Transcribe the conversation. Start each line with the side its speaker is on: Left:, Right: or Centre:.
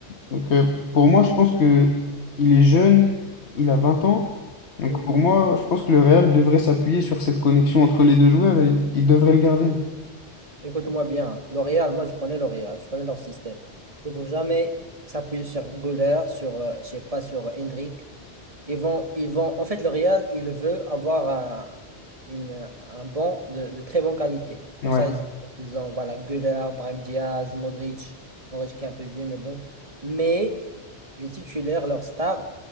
Left: Donc, euh, pour moi, je pense que il est jeune, il a 20 ans. Donc,
Right: Hmm.
Left: pour moi, je pense que le Real devrait s'appuyer sur cette connexion entre les deux joueurs et il devrait le garder.
Right: Écoute-moi bien. hein, L'Oréal, moi, je connais L'Oréal, je connais leur système. Il ne faut jamais s'appuyer sur Goller, sur, euh, je sais pas, sur Hendrik Ils vont, ils vont, en fait, le Real, il veut avoir un, une, un banc de, de très bonne qualité. Pour
Left: Ouais,
Right: ça, ils ont, ils ont voilà, Güler, Brahim Diaz, Modric, Modric qui est un peu vieux, mais bon. Mais les titulaires, leurs stars,